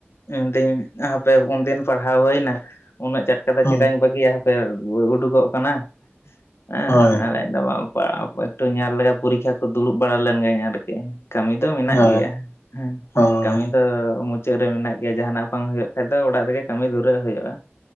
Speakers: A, on the left (about 70°); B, on the left (about 80°).
A: ᱩᱱ ᱫᱤᱱ ᱦᱟᱯᱮ ᱩᱱ ᱫᱤᱱ ᱯᱟᱲᱦᱟᱣ ᱦᱳᱭ ᱮᱱᱟ ᱩᱱᱟᱹᱜ ᱪᱟᱴᱠᱟ ᱫᱚ
B: ᱦᱩᱸ
A: ᱪᱮᱫᱟᱜ ᱤᱧ ᱵᱟᱹᱜᱤᱭᱟ ᱦᱟᱯᱮ ᱚᱻ ᱩᱰᱩᱠᱚᱜ ᱠᱟᱱᱟ᱾ ᱦᱮᱸ
B: ᱦᱳᱭ
A: ᱟᱨ ᱮᱠ ᱫᱚ ‌ᱵᱟᱢ ᱯᱟᱲᱦᱟᱣ ᱠᱚᱜ ᱮᱠᱴᱩ ᱧᱮᱞ ᱞᱮᱜᱟ ᱯᱚᱨᱤᱠᱠᱷᱟ ᱠᱚ ᱫᱩᱲᱩᱵ ᱵᱟᱲᱟ ᱞᱮᱱ ᱜᱤᱧ ᱟᱨᱠᱤ᱾ ᱠᱟᱹᱢᱤ ᱫᱚ ᱢᱮᱱᱟᱜ
B: ᱦᱳᱭ
A: ᱜᱮᱭᱟ᱾ ᱦᱮᱸ
B: ᱦᱳᱭ
A: ᱠᱟᱢᱤ ᱫᱚ ᱢᱩᱪᱟᱹᱫ ᱨᱮ ᱢᱮᱱᱟᱜ ᱜᱮᱭᱟ ᱡᱟᱦᱟᱸ ᱱᱟᱜ ᱵᱟᱝ ᱦᱩᱭᱩᱜ ᱠᱷᱟᱡ ᱫᱚ ᱚᱲᱟᱜ ᱨᱮᱜᱮ ᱠᱟᱢᱤ ᱫᱷᱩᱨᱟᱹᱜ ᱦᱳᱭᱳᱜ-ᱟ᱾